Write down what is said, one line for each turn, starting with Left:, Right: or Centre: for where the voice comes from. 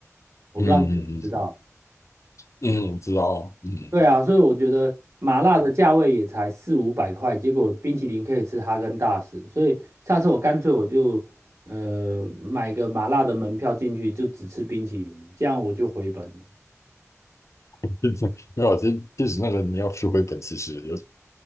Right: 我不知道你知不知道。
Left: 嗯嗯嗯嗯，我知道，嗯，
Right: 对啊，所以我觉得麻辣的价位也才四五百块，结果冰淇淋可以吃哈根达斯，所以下次我干脆我就呃买个麻辣的门票进去，就只吃冰淇淋，这样我就回本了。
Left: <laughs> 没有，其其实那个你要吃回本，其实有